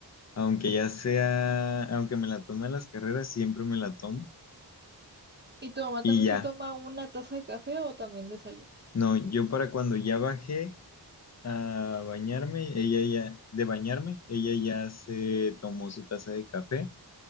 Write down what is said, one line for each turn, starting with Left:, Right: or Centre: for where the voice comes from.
Left: aunque ya sea, aunque me la tome a las carreras, siempre me la tomo.
Right: ¿Y tu mamá
Left: Y
Right: también
Left: ya.
Right: se toma una taza de café o también desayuna?
Left: No, yo para cuando ya bajé a bañarme, ella ya, de bañarme, ella ya se tomó su taza de café